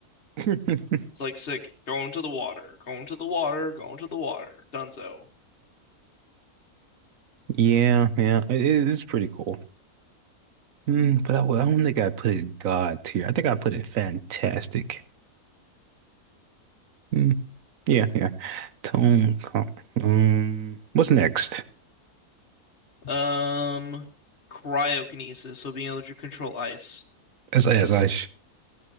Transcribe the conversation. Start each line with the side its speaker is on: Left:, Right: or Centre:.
Right: <laughs>
Left: It's like sick. Going to the water, going to the water, going to the water. Dunzo.
Right: Yeah, yeah, it it is pretty cool. Mm, but I, w- I don't think I put it God tier. I think I put it fantastic. Mm, yeah, yeah. Tone. co- Um, what's next?
Left: Um, cryokinesis, so being able to control ice.
Right: As as
Left: This
Right: Ice.